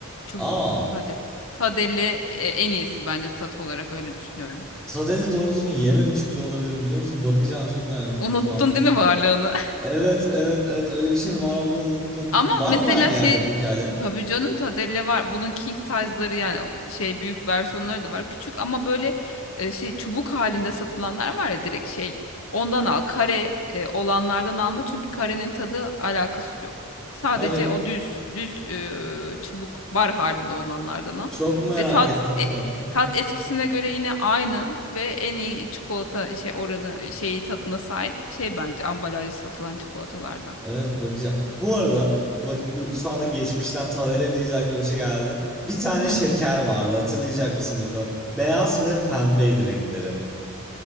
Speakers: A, on the left (about 75°); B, in the centre.
A: Çubuk
B: Aa,
A: Tadel. Tadelle e, en iyisi bence tat olarak öyle düşünüyorum.
B: Tadeli doğru düzgün yememiş bile olabilirim biliyor musun? Bakacağım çok merak ettim
A: Unuttun
B: şu anda.
A: değil mi varlığını?
B: Evet evet evet öyle bir şeyin var olduğunu unuttum.
A: Ama
B: Var
A: mesela
B: mı her yerde
A: şey
B: peki hala?
A: tabii canım Tadelle var. Bunun king size'ları yani o şey büyük versiyonları da var. Küçük ama böyle e, şey çubuk halinde satılanlar var ya direkt şey. Ondan al. Kare e, olanlardan alma çünkü karenin tadı alakası yok. Sadece
B: Hadi ya.
A: o düz düz e, çubuk bar halinde olanlardan al.
B: Çok merak
A: Ve tat
B: ettim şu
A: e,
B: an.
A: tat eskisine göre yine aynı ve en iyi çikolata şey oranı şeyi tadına sahip şey bence ambalajda satılan çikolatalardan.
B: Evet bakacağım. Bu arada bak bu şu anda geçmişten Taner'e deyince aklıma bir şey geldi. Bir tane
A: <laughs>
B: şeker vardı hatırlayacak mısın bakalım. Beyaz ve pembeydi renkleri.